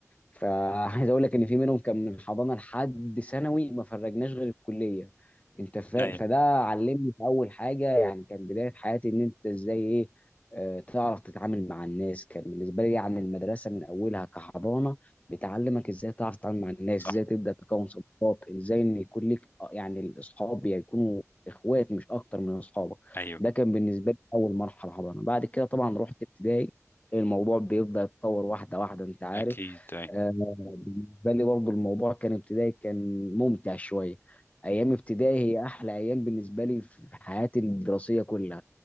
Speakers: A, on the left; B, on the left.
A: فعايز اقول لك ان في منهم كان من حضانه لحد ثانوي ما فرجناش غير الكليه انت فاهم
B: ايوه
A: فده علمني في اول حاجه يعني كان بدايه حياتي ان انت ازاي ايه آه، تعرف تتعامل مع الناس كان بالنسبه لي يعني المدرسه من اولها كحضانه بتعلمك ازاي تعرف تتعامل مع الناس
B: صح
A: ازاي تبدا تكون صداقات ازاي ان يكون لك آه، يعني الاصحاب يكونوا اخوات مش اكتر من اصحابك
B: ايوه
A: ده كان بالنسبه لي اول مرحله حضانه بعد كده طبعا رحت ابتدائي الموضوع بيبدا يتطور واحده واحده انت عارف
B: اكيد ايوه
A: آه، بالنسبة لي برضو الموضوع كان ابتدائي كان ممتع شوية أيام ابتدائي هي أحلى أيام بالنسبة لي في حياتي الدراسية كلها